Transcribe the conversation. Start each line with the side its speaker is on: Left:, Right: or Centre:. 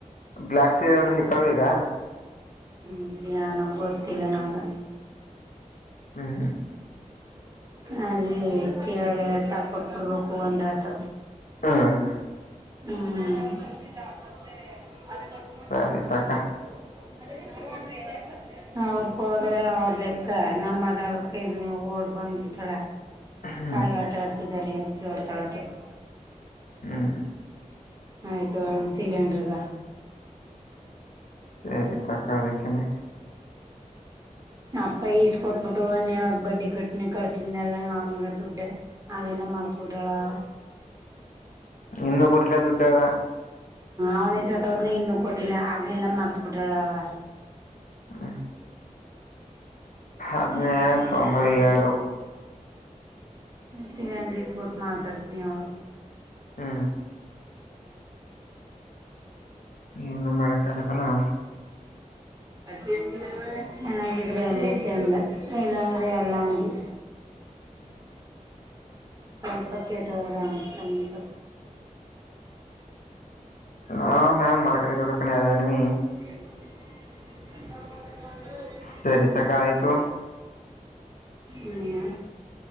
Left: ಬ್ಲ್ಯಾಕ್ ಸಿ ಏನಂದ್ರರು ಸಿಕ್ಕಲ್ ಈಗ
Right: ಹ್ಮ್ ಗೊತ್ತಿಲ್ಲ ನಂಗ
Left: ಹ್ಮ್ ಹ್ಮ್
Right: ಅಲ್ಲಿ ಕೆಳೆತ್ತ ಕೊಟ್ಬಿಡ್ಬೇಕು ಒಂದುಥ
Left: ಹ್ಮ್
Right: ಹ್ಮ್ <unintelligible>
Left: ಸರಿ ತಕ
Right: <inaudible> ಅವ್ರ ಕೊಡ್ದೇಇರೋ ಅವ್ರ ಲೆಕ್ಕ ನಮ್ಮದ ಅದಕ ಇದ್ ನೀವು ಓಡ್ ಬಂದ್ರ್ತಾಳ
Left: ಹ್ಮ್
Right: ಕಾಳ್ಳ ಆಟ ಆಡ್ತಿದಾರಿ ಎಂತ ಜೋರ್ ತಳೋತಕ್
Left: ಹ್ಮ್
Right: ಆಯ್ ಸ ಸಿಲೆಿಂಡರ್ಗ
Left: ಸರಿ ತಕ್ಕ ಅದಕ್ಕನೆ
Right: ಅಪ್ಪ ಈಸ್ ಕೊಟ್ಬಿಟ್ಟು ಅನ್ಯವಾಗ ಬಡ್ಡಿ ಕಟ್ನಿ ಕಟ್ತನ್ೆಲ್ಲ ಅವನ್ಗ ದುಡ್ಡ ಅದೆಲ್ಲ ಮರ್ತ ಬಿಟ್ಟಳಾವ
Left: ಇನ್ನೂ ಕೊಟ್ಟಿಲ್ಲ ದುಡ್ಡು ಅದ
Right: ಅವ್ನೆ ಸತೋದ್ನ ಇನ್ನು ಕೊಟ್ಟಿಲ್ಲ ಆದದ್ನೆಲ್ಲ ಮರ್ತ್ ಬಿಟ್ರಳ ಅವ
Left: ಹ್ಮ್ ಅದ್ನೇ
Right: ಆಯ್ತು
Left: ಫೋನ್
Right: ಮಾತಕ್ಕೆ
Left: ಮಾಡಿ ಹೇಳ್ಬೇಕು
Right: ಸರಿಯನ್ ರಿಟ್ಬೋಟ್ ಮಾತಾಡ್ತನಿ ಅವಳ
Left: ಹ್ಮ್ ಏನು ಮಾಡಕ್ದಕನ
Right: <unintelligible> ಚೆನ್ನಾಗಿದ್ರೆ ಅಲ್ಲೇ ಚೆಂದ ಇಲ್ಲ ಅಂದ್ರೆ ಎಲ್ಲಂಗಿ
Left: <inaudible>
Right: ಸ್ವಲ್ಪ ಕೆಟ್ಟ ಹೋದ್ರೆ ಅತಾನಂತ
Left: ಹಾ ನಾನ್ ಮಾಡ್ಕೊಂಡ ಇರೋದಕ್ಕ ಅದು ಎನ್ವಿ
Right: <inaudible>
Left: ಸರಿಿತಕ ಆಯ್ತು
Right: ನೀನ